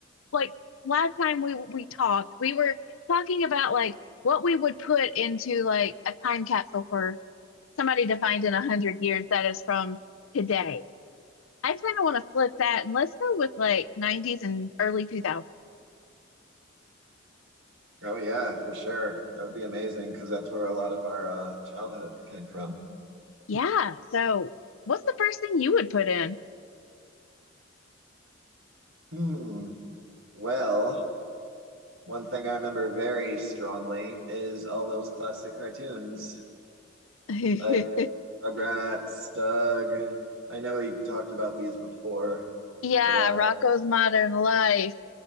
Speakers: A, on the left (about 80°); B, on the right (about 80°).
A: like last time we we talked, we were talking about like what we would put into like a time capsule for somebody to find in a hundred years that is from today. I kind of want to flip that and let's go with like 90s and early 2000s.
B: Oh yeah, for sure. That would be amazing because that's where a lot of our uh, childhood came from.
A: Yeah, so what's the first thing you would put in?
B: Hmm. Well, one thing I remember very strongly is all those classic cartoons.
A: <laughs>
B: Like Rugrats, Doug. I know he talked about these before,
A: Yeah,
B: but uh
A: Rocco's Modern Life.